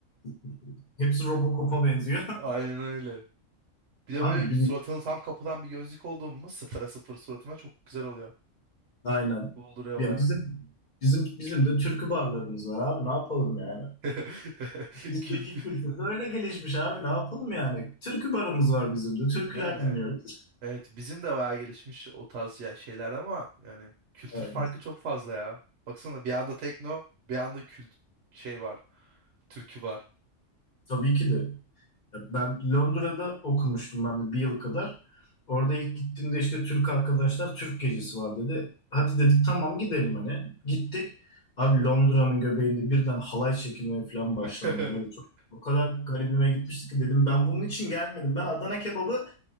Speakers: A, on the left (about 40°); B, on the right (about 70°).
A: <laughs> Hepsi Robocop'a benziyor. <laughs>
B: Aynen öyle. Bir de
A: Abi
B: böyle suratını tam kapatan bir gözlük olduğun mu sıfıra sıfır suratına çok güzel oluyor.
A: Aynen.
B: Cool duruyor
A: Ya
B: baya.
A: bizim bizim bizim de türkü barlarımız var abi ne yapalım yani.
B: <laughs>
A: Bizdeki
B: Kült.
A: kültür de öyle gelişmiş abi ne yapalım yani. Türkü barımız var bizim de. Türküler
B: Yani
A: dinliyoruz.
B: Evet bizim de bayağı gelişmiş o tarz ya şeyler ama yani kültür
A: Evet.
B: farkı çok fazla ya. Baksana bir anda tekno bir anda kült şey var. Türkü var.
A: Tabii ki de. Ya Ben Londra'da okumuştum ben de bir yıl kadar. Orada ilk gittiğimde işte Türk arkadaşlar Türk gecesi var dedi. Hadi dedik tamam gidelim hani. Gittik. Abi Londra'nın göbeğinde birden halay çekilmeye falan
B: <laughs>
A: başlandı. Böyle çok o kadar garibime gitmişti ki dedim ben bunun için gelmedim. Ben Adana kebabı